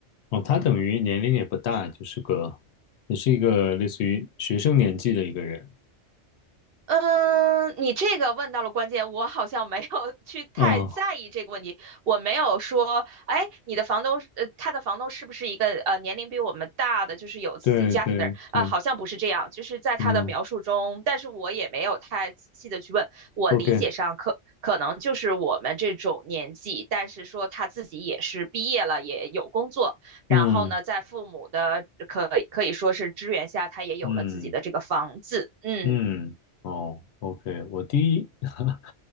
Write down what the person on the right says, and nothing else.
嗯，你这个问到了关键，我好像没有 <laughs> 去太在意这个问题。
我没有说，哎，你的房东是呃，他的房东是不是一个呃年龄比我们大的，就是有自己家庭的人？
啊、好像不是这样，就是在他的描述中，
但是我也没有太仔细的去问。我理解上可可能就是我们这种年纪，
但是说他自己也是毕业了，也有工作，然后呢，
在父母的可可以说是支援下，他也有了自己的这个房子，
嗯。